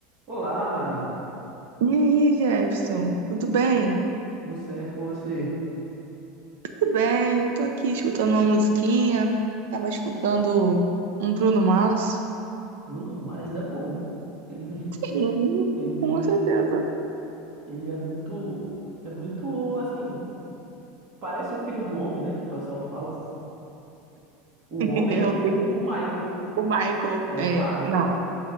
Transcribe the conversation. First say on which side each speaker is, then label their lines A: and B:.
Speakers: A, on the right (about 35°); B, on the right (about 80°).
A: Olá, Mari.
B: E aí, Jefferson, tudo bem?
A: Tudo certo com você?
B: Tudo bem, eu tô aqui escutando uma musiquinha, tava escutando um Bruno Mars.
A: Bruno Mars é bom. Ele,
B: Sim,
A: ele,
B: com certeza.
A: ele é muito, é muito assim. Parece o filho do homem, né? Que o pessoal fala. O
B: <laughs>
A: homem,
B: Eu
A: o,
B: pedi
A: o Michael.
B: o Michael,
A: É
B: é,
A: o Michael.
B: não,